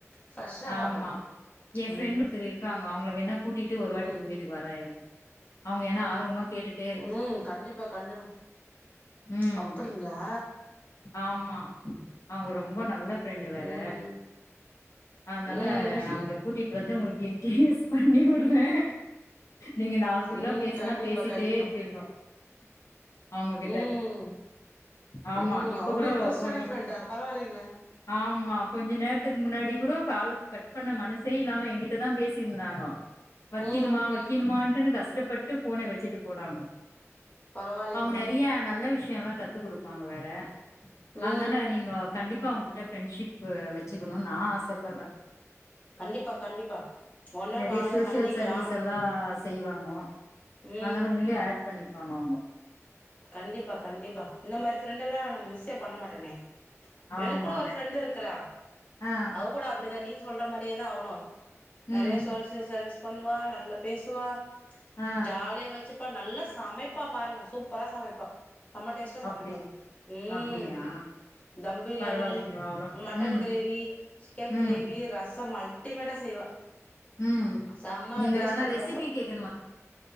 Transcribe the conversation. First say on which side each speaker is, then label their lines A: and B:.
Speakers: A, on the left; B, on the left.
A: ஃப்ரெஷ்ஷா சாப்டுங்க
B: ஆமா எ
A: ம்
B: ஃப்ரெண்ட்டு ஒருத்தரு இருக்காங்கோ அவுங்கள வேணா கூட்டிட்டு ஒரு
A: ம்
B: வாட்டி உங்க வீட்டுக்கு வரே இருங் அவுங்க ஏனா ஆர்வமா கேட்டுட்
A: ம் கண்டிப்பா கண்டிப்பா
B: ம்
A: அப்டிங்ளா
B: ஆமா அவுங்க ரொம்போ நல்ல ஃப்ரெண்டு வேற
A: ம்
B: அதனால
A: ம்
B: அவுங்கள கூட்டிட்டு வந்து உங்களுக்கு இன்டிடியுஸ் பண்ணி உட்றே நீங்க நாள் ஃபுல்லா
A: ம்
B: பேசினா
A: கண்டிப்பா
B: பேசிட்டே
A: கண்டிப்பா
B: இருப்பீங்கோ அவுங்ககிட்ட
A: ம்
B: ஆமா
A: ம்
B: இப்ப
A: அவ்ளோ
B: கூட
A: இன்ட்ரெஸ்டான
B: கொஞ்ச
A: ஃப்ரெண்டா பரவாயில்லைங்களே
B: ஆமா கொஞ்ச நேரத்துக்கு முன்னாடி கூட கால் கட் பண்ண மனசே இல்லாம எங்கிட்ட தா பேசிட்டுயிருந்தாங்கோ வக்கீனுமா
A: ம்
B: வக்கீனுமான்ட்டுனு கஷ்டப்பட்டு ஃபோன வச்சிட்டு போனாங்கோ
A: பரவாயில்லைங்களே
B: அவுங்க நெறையா நல்ல விஷ்யோ எல்லா கத்து குடுப்பாங்க வேற
A: ம்
B: அதனால நீங்கோ கண்டிப்பா உங்ககிட்ட பிரெண்ட்ஷிப் வெச்சுக்கணு நா ஆசப்பட்றே
A: கண்டிப்பா கண்டிப்பா ஒரு நாள்
B: நெறைய
A: வாங்க
B: சோஷியல்
A: சந்திக்கலா
B: சர்வீஸ் எல்லா செய்வாங்க
A: ம்
B: அதனால உங்ளியு ஆட் பண்ணிப்பாங்க அவுங்கோ
A: கண்டிப்பா கண்டிப்பா இந்த மாரி ஃப்ரெண்ட் எல்லா நம்ம மிஸ் ஸே பண்ண மாட்டனே எனக்
B: ஆமா
A: கூட ஒரு ஃப்ரெண்ட் இருக்குறா
B: ஆ
A: அவக் கூட அப்டிதா நீங்க சொல்ற மாரியே தா அவளு
B: ம்
A: நெறைய சோசியல் சர்வீஸ் பண்ணுவா நல்லா பேசுவா
B: ஆ
A: ஜாலியா வச்சிப்பா நல்லா சமைப்பா பாருங்க சூப்பரா சமைப்பா செம்ம டேஸ்டா சமைப்பா
B: அப்டி
A: ம்
B: அப்டியா
A: தம் பிரியாணி
B: பரவாயில்லைங்க அவ்ளோ
A: மட்டன்
B: ம்
A: கிரேவி சிக்கன் கிரேவி
B: ம்
A: ரசம் அல் டிமேட்டா செய்வா
B: ம்
A: செம்ம
B: நீங்க
A: டேஸ்ட்டு
B: ஆனா ரெசிபி
A: ரசோ
B: கேக்கணுமா